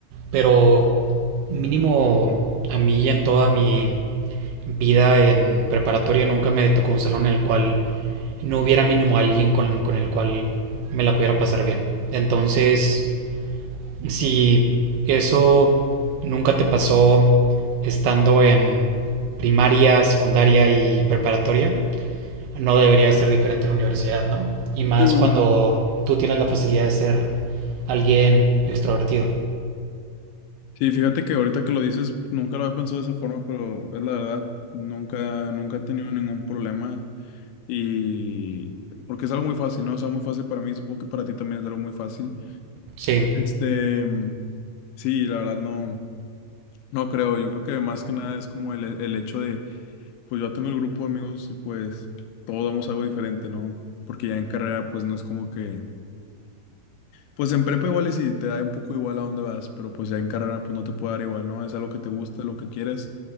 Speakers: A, on the right (about 75°); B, on the left (about 80°).
A: Pero mínimo a mí en toda mi vida en preparatoria nunca me tocó un salón en el cual no hubiera mínimo alguien con, con el cual me la pudiera pasar bien. Entonces, si eso nunca te pasó estando en primaria, secundaria y preparatoria, no debería ser diferente en la universidad, ¿no? Y más
B: Sí, bueno.
A: cuando tú tienes la facilidad de ser alguien extrovertido.
B: Sí, fíjate que ahorita que lo dices, nunca lo había pensado de esa forma, pero es la verdad, nunca, nunca he tenido ningún problema. Y porque es algo muy fácil, ¿no? Es algo muy fácil para mí, supongo que para ti también es algo muy fácil.
A: Sí,
B: Este, mm, sí, la verdad no, no creo. Yo creo que más que nada es como el, el hecho de Pues yo tengo el grupo de amigos y pues todos damos algo diferente, ¿no? Porque ya en carrera pues no es como que... Pues en prepa igual y si te da un poco igual a dónde vas, pero pues ya en carrera pues no te puede dar igual, ¿no? Es algo que te gusta, lo que quieres